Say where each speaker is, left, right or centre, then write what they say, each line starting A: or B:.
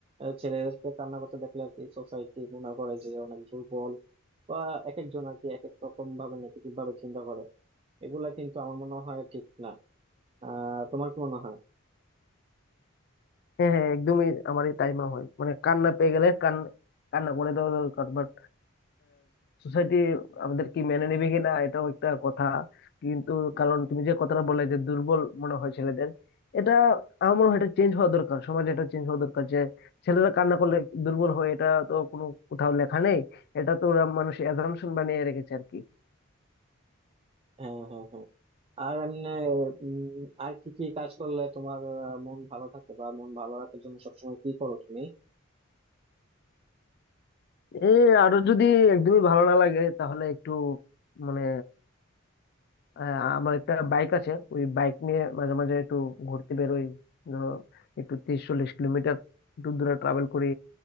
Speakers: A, on the right; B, on the left.
A: ছেলেদেরকে কান্না করতে দেখলে আর কি সোসাইটি মনে করে যে অনেক দুর্বল বা এক একজন আর কি এক এক রকম ভাবে নেগেটিভ ভাবে চিন্তা করে এগুলা কিন্তু আমার মনে হয় ঠিক না আহ তোমার কি মনে হয়
B: হ্যাঁ হ্যাঁ একদমই আমার এই তাই মনে হয় মানে কান্না পেয়ে গেলে কান কান্না করে দেওয়া দরকার বাট সোসাইটি আমাদের কি মেনে নেবে কিনা এটাও একটা কথা কিন্তু কারণ তুমি যে কথাটা বললে যে দুর্বল মনে হয় ছেলেদের এটা আমার মনে হয় এটা চেঞ্জ হওয়া দরকার সমাজে এটা চেঞ্জ হওয়া দরকার যে ছেলেরা কান্না করলে দুর্বল হয় এটা তো কোনো কোথাও লেখা নেই এটা তো ওরা মানুষ অ্যাজাম্পশন বানিয়ে রেখেছে আর কি
A: হ্যাঁ হ্যাঁ হ্যাঁ আর এমনি উম, আর কি কি কাজ করলে তোমার আহ, মন ভালো থাকে বা মন ভালো রাখার জন্য সবসময় কি করো তুমি
B: এ আরো যদি একদমই ভালো না লাগে তাহলে একটু মানে আহ, আমার একটা বাইক আছে ওই বাইক নিয়ে মাঝে মাঝে একটু ঘুরতে বেরোই ধরো একটু তিরিশ চল্লিশ কিলোমিটার একটু দূরে ট্রাভেল করি